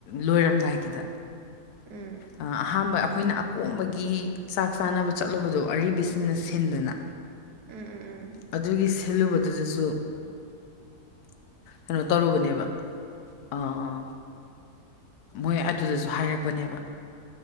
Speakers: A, on the left; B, on the right.
A: ꯂꯣꯏꯔꯝꯗꯥꯏꯒꯤꯗ
B: ꯎꯝ
A: ꯑꯥ ꯑꯍꯥꯟꯕ ꯑꯩꯈꯣꯏꯅ ꯑꯀꯣꯝꯕꯒꯤ ꯆꯥꯛ ꯆꯥꯅꯕ ꯆꯠꯂꯨꯕꯗꯣ ꯑꯔꯤꯕꯁꯤꯁ ꯅ ꯁꯤꯟꯗꯨꯅ
B: ꯎꯝ ꯎꯝ ꯎꯝ
A: ꯑꯗꯨꯒꯤ ꯊꯤꯜꯂꯨꯕꯗꯨꯗꯁꯨ ꯀꯩꯅꯣ ꯇꯧꯔꯨꯕꯅꯦꯕ ꯑꯥ ꯃꯣꯏ ꯑꯗꯨꯗꯁꯨ ꯍꯥꯏꯔꯛꯄꯅꯦꯕ